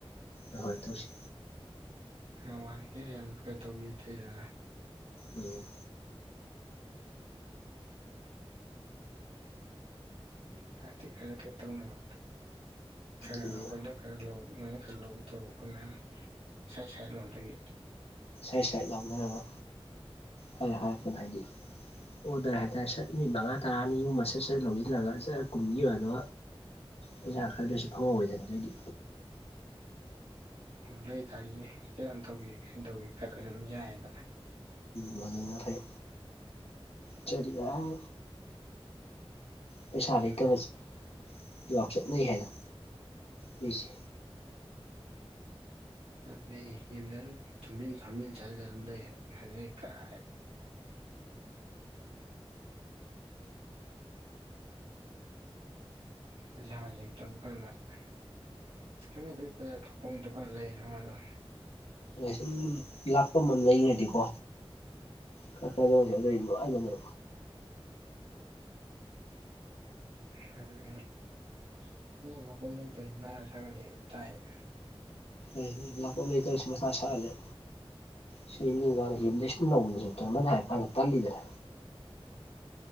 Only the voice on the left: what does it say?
ꯍꯣꯏ ꯍꯣꯏ ꯇꯧꯁꯤ
ꯎꯝ
ꯎꯝ
ꯁꯥꯏꯠ ꯁꯥꯏꯠ ꯂꯧꯥꯎꯅꯔꯒ ꯍꯥꯏ ꯍꯥꯏꯔꯛꯄꯗ ꯍꯥꯏꯗꯤ ꯑꯣꯗꯔ ꯍꯥꯏꯇꯥꯔꯦ ꯁꯠ ꯃꯤꯅꯤꯠ ꯃꯉꯥ ꯇꯔꯥꯅꯤꯒꯨꯝꯕ ꯁꯠ ꯁꯠ ꯂꯧꯁꯤꯜꯂꯒ ꯁꯠ ꯀꯨꯝꯈꯤꯕꯌ ꯑꯗꯣ ꯄꯩꯁꯥ ꯈꯔꯗꯁꯨ ꯐꯪꯍꯧ ꯑꯣꯏꯗꯅ ꯑꯗꯨꯑꯣꯏꯗꯤ
ꯃꯖꯇꯩ ꯈꯌꯥꯔꯤ ꯍꯥꯏ ꯄꯩꯁꯥ
ꯂꯩꯇꯕꯁꯦ ꯉꯥꯎꯆꯠꯅꯩ ꯍꯥꯏꯅ ꯃꯤꯁꯤ
ꯑ ꯁꯨꯝ ꯂꯥꯛꯄꯝ ꯑꯃ ꯂꯩꯈ꯭ꯔꯗꯤꯀꯣ ꯀ ꯀꯩꯅꯣꯁꯦ ꯑꯗꯨꯏ ꯂꯣꯏꯅꯦꯕ
ꯍꯣꯏ ꯂꯥꯛꯄꯝ ꯂꯩꯇꯥꯁꯤ ꯃꯊꯥ ꯁꯥꯊꯠꯂꯦ ꯁꯤ ꯃꯤꯀꯥꯟꯅ ꯌꯨꯝꯗ ꯁ ꯏꯁꯨꯝ ꯂꯧꯕꯗꯁꯨ ꯇꯣꯏꯃꯟ ꯍꯥꯏꯔ ꯀꯥꯟꯗ ꯇꯠꯜꯂꯤꯗꯔꯦ